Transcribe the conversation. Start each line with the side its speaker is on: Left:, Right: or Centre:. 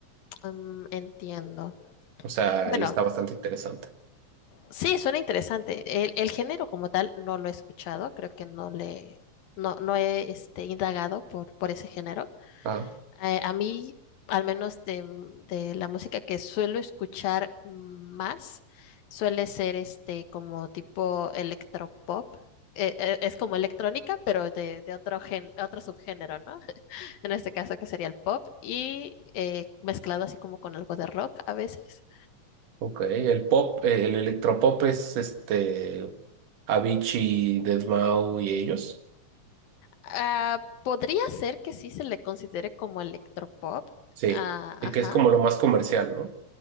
Left: Mm, entiendo.
Right: O sea,
Left: Bueno,
Right: ahí está bastante interesante.
Left: Sí, suena interesante. El, el género como tal no lo he escuchado, creo que no le, no, no he este, indagado por, por ese género.
Right: Ajá.
Left: Eh, a mí, al menos de, de la música que suelo escuchar más, suele ser este como tipo electropop. Eh, eh, es como electrónica, pero de, de otro gen, otro subgénero, ¿no? <laughs> En este caso que sería el pop y eh, mezclado así como con algo de rock a veces.
Right: Ok, el pop, eh, el electropop es este Avicii, Deadmau y ellos.
Left: Ah, podría ser que sí se le considere como electropop.
Right: Sí,
Left: Ah,
Right: y
Left: ajá.
Right: que es como lo más comercial, ¿no?